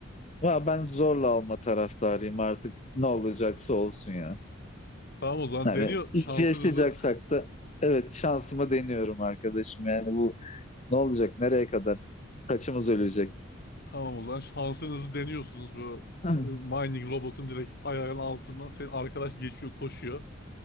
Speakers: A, on the left; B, on the left.
A: Ya ben zorla alma taraftarıyım artık. Ne olacaksa olsun ya.
B: Tamam o zaman
A: Yani
B: deniyor şansınızı.
A: yaşayacaksak da evet şansımı deniyorum arkadaşım. Yani bu ne olacak? Nereye kadar? Kaçımız ölecek?
B: <laughs> Tamam o zaman şansınızı deniyorsunuz bu
A: Hı
B: e, mining robotun direkt ayağının altından senin arkadaş geçiyor koşuyor.